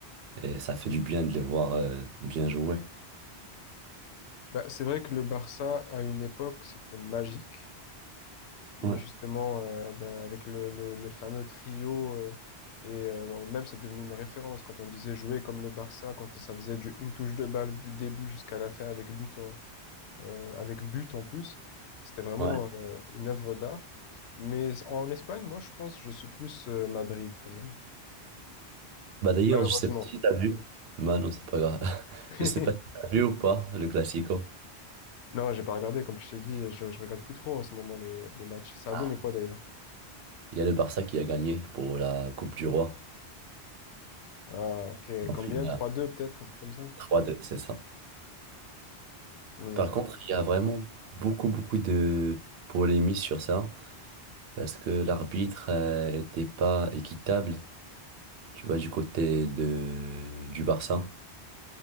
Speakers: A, on the right (about 65°); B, on the left (about 85°).
A: Et ça fait du bien de les voir euh, bien jouer.
B: Bah, c'est vrai que le Barça, à une époque, c'était magique.
A: Ouais,
B: Justement, euh, bah, avec le, le, le fameux trio, euh, et euh, même c'est devenu une référence quand on disait jouer comme le Barça, quand ça faisait du, une touche de balle du début jusqu'à la fin avec but en, euh, avec but en plus. C'était vraiment
A: ouais.
B: euh, une œuvre d'art. Mais en Espagne, moi, je pense, je suis plus euh, Madrid quand même.
A: Bah d'ailleurs,
B: Malheureusement.
A: je sais pas si t'as vu. Bah non, c'est pas grave. <laughs>
B: <laughs>
A: Je sais pas si t'as vu ou pas le Classico.
B: Non, j'ai pas regardé, comme je t'ai dit, je, je regarde plus trop en ce moment les, les matchs. Ça a
A: Ah.
B: donné quoi d'ailleurs?
A: Il y a le Barça qui a gagné pour la Coupe du Roi.
B: Ah, ok.
A: En
B: Combien?
A: finale,
B: trois deux peut-être, un truc comme ça?
A: trois deux, c'est ça.
B: Hmm.
A: Par contre, il y a vraiment beaucoup, beaucoup de polémies sur ça. parce que l'arbitre euh, était pas équitable, tu vois, du côté de du Barça.